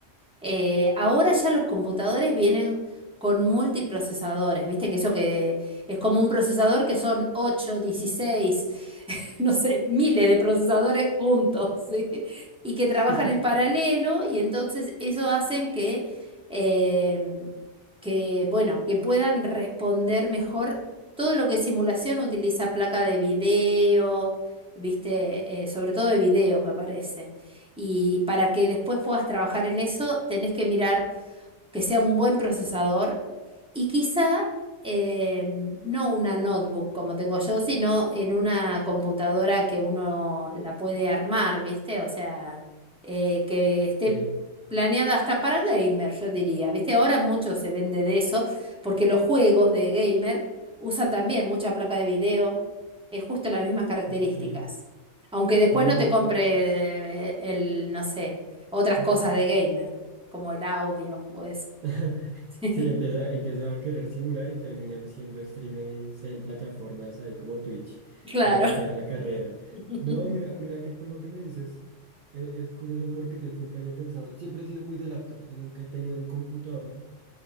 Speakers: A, in the centre; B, on the right.
A: Eh, ahora ya los computadores vienen con multiprocesadores, viste que eso que es como un procesador que son 8 16 <laughs> no sé, miles de procesadores juntos, <laughs> ¿sí? Y que
B: <laughs>
A: trabajan en paralelo y entonces eso hacen que, em, que, bueno, que puedan responder mejor todo lo que simulación utiliza placa de video, ¿viste? Eh, sobre todo de video, me parece. Y para que después puedas trabajar en eso, tenés que mirar que sea un buen procesador y quizá em, no una notebook como tengo yo, sino en una computadora que uno la puede armar, ¿viste? O sea, eh, que esté
B: Ok,
A: planeada hasta para gamer, yo diría, ¿viste? Ahora mucho se vende de eso porque los juegos de gamer usan también mucha placa de video, es justo las mismas características.
B: ok.
A: Aunque después
B: Ah,
A: no te compre eh, el, no sé, otras
B: <clears throat>
A: cosas de gamer como el audio o eso.
B: <laughs> <laughs>
A: <laughs>
B: Sí, empieza, empieza a querer simular y termina haciendo streamings en plataformas ahí como Twitch.
A: claro.
B: de- Deja la carrera.
A: <laughs>
B: No, mira, mira que con lo que me dices e- es, curioso porque yo siempre había pensado, siempre he sido muy de laptops, nunca he tenido un computador,